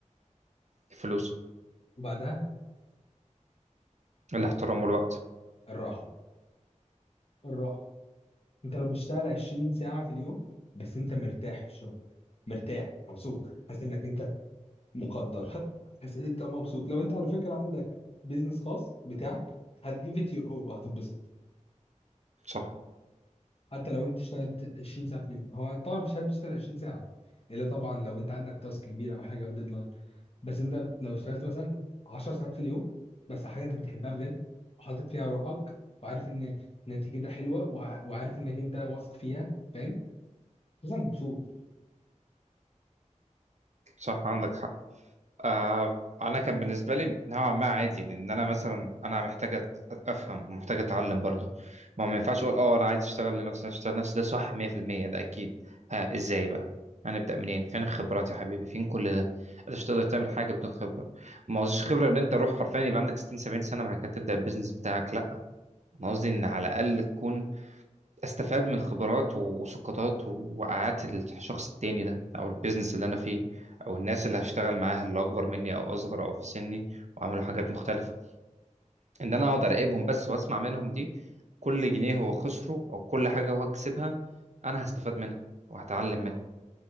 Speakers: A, on the right; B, on the left.
A: الفلوس
B: وبعدها
A: الاحترام والوقت
B: الراحة الراحة انت لو بتشتغل 20 ساعة في اليوم بس انت مرتاح في الشغل مرتاح مبسوط حاسس انك انت مقدر <laughs> حاسس انت مبسوط لو انت على فكرة عندك بيزنس خاص بتاعك هتجيب ات يور اول وهتتبسط
A: صح
B: حتى لو انت اشتغلت 20 ساعه في اليوم هو طبعا مش هتشتغل 20 ساعه الا طبعا لو انت عندك تاسك كبير او حاجه او ديدلاين بس انت لو اشتغلت مثلا 10 ساعات في اليوم بس على حاجه انت بتحبها بجد وحاطط فيها روحك وعارف ان نتيجتها حلوه وع- وعارف انك انت واثق فيها فاهم مثلا مبسوط
A: صح عندك حق آه انا كان بالنسبه لي نوعا ما عادي لان انا مثلا انا محتاج أت- افهم محتاج اتعلم برضو ما هو ما ينفعش اقول اه انا عايز اشتغل لنفسي عايز اشتغل لنفسي ده صح 100% ده اكيد ها ازاي بقى هنبدا منين فين الخبرات يا حبيبي فين كل ده انت مش تقدر تعمل حاجه بدون خبره ما قصديش خبره ان انت روح حرفيا يبقى عندك 60 70 سنه بعد كده تبدا البيزنس بتاعك لا انا قصدي ان على الاقل تكون استفاد من خبرات و- وسقطات ووقعات الشخص التاني ده او البيزنس اللي انا فيه او الناس اللي هشتغل معاها اللي اكبر مني او اصغر او في سني وعملوا حاجات مختلفه ان انا اقعد اراقبهم بس واسمع منهم دي كل جنيه هو خسره او كل حاجه هو كسبها انا هستفاد منها وهتعلم منها